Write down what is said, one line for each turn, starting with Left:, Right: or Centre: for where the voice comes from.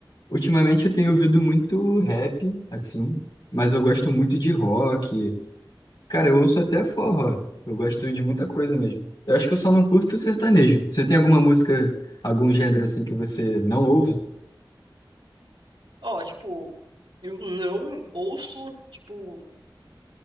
Left: Ultimamente eu tenho ouvido muito rap, assim, mas eu gosto muito de rock. Cara, eu ouço até forró. Eu gosto de muita coisa mesmo. Eu acho que eu só não curto sertanejo. Você tem alguma música, algum gênero assim que você não ouve?
Right: Ó, tipo, eu não ouço, tipo,